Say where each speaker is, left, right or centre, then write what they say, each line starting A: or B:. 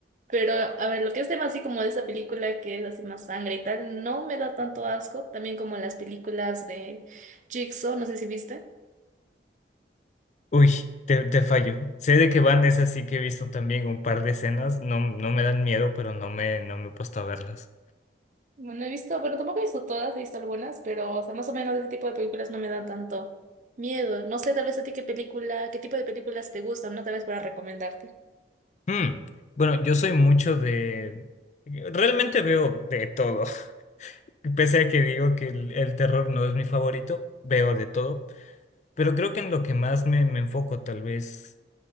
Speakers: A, on the right (about 45°); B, on the left (about 40°).
A: Pero, a ver, lo que es tema así como de esa película que es así más sangre y tal, no me da tanto asco. También como las películas de Jigsaw, no sé si viste.
B: Uy, te, te fallo. Sé de que van, es así que he visto también un par de escenas, no, no me dan miedo, pero no me, no me he puesto a verlas.
A: Bueno, he visto, bueno, tampoco he visto todas, he visto algunas, pero, o sea, más o menos ese tipo de películas no me dan tanto miedo. No sé, tal vez a ti qué película, qué tipo de películas te gustan, ¿no? Tal vez para recomendarte.
B: Mm, Bueno, yo soy mucho de... Realmente veo de todo. <laughs> Pese a que digo que el, el terror no es mi favorito, veo de todo. Pero creo que en lo que más me, me enfoco, tal vez